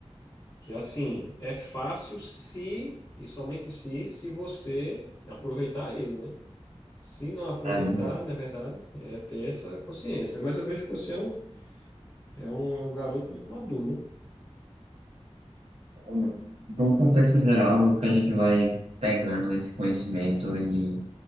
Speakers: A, on the left; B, on the right.
A: Que assim, é fácil se, e somente se, se você aproveitar ele, né? Se não aproveitar,
B: É verdade.
A: na verdade, é ter essa consciência. Mas eu vejo que você é um, é um, é um garoto muito maduro.
B: Então, No contexto geral, o que a gente vai pegando esse conhecimento e